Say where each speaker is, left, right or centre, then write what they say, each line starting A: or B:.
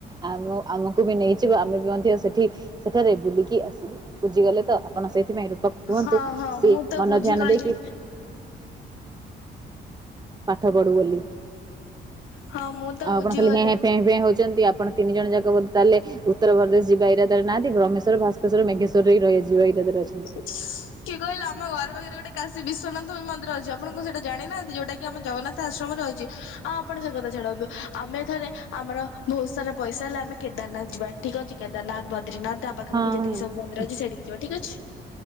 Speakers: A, on the right (about 20°); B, on the left (about 80°).
A: ଆମ ଆମକୁ ବି ନେଇଯିବ ଆମେ ବି ମଧ୍ୟ ସେଠି ସେଠାରେ ବୁଲିକି ଆସିବୁ। ବୁଝିଗଲେ ତ? ଆପଣ ସେଥିପାଇଁ ରୂପାକୁ କୁହନ୍ତୁ
B: ହଁ ହଁ
A: ସିଏ
B: ମୁଁ ତ
A: ମନ
B: ବୁଝିଗଲି
A: ଧ୍ୟାନ ଦେଇକି ପାଠ ପଢୁ ବୋଲି।
B: ହଁ ମୁଁ ତ
A: ଆଉ
B: ବୁଝିଗଲି।
A: ଆପଣ ଖାଲି ହେଁ ହେଁ ଫେଁ ଫେଁ ହଉଛନ୍ତି। ଆପଣ ତିନି ଜଣ ଯାକ ବୋଧେ ତାହେଲେ ଉତ୍ତରପ୍ରଦେଶ ଯିବା ଇରାଦାରେ ନାହାଁନ୍ତି। ବ୍ରହ୍ମେମେଶ୍ୱର ଭାସ୍ ଶ୍ୱର ମଘେଶ୍ୱରରେ ହି ରହିଯିବା ଇରାଦରେ ଅଛନ୍ତି।
B: କିଏ କହିଲା ଆମ ଘର ପାଖରେ ଗୋଟେ କାଶୀ ବିଶ୍ୱନାଥ ବି ମନ୍ଦର ଅଛି। ଆପଣ କଣ ସେଇଟା ଜାଣିନାହାଁନ୍ତି ଯୋଉଟା କି ବି ଆମ ଜଗନ୍ନାଥ ଆଶ୍ରମରେ ରହିଚି। ଆପ୍ ଆପଣ ସେ କଥା ଛାଡନ୍ତୁ ଆମେ ଏଥରେ ଆମର ବହୁତ ସାରା ପଇସା ହେଲେ ଆମେ କେଦାରନାଥ ଯିବା। ଠିକ ଅଛି କେଦାରନାଥ ବଦ୍ରୀନାଥ ତା ପାଖାପାଖି
A: ହଁ
B: ଯେତିକି ସବୁ ମନ୍ଦିର ଅଛି ସେଇଠି ଯିବା ଠିକ୍ ଅଛି।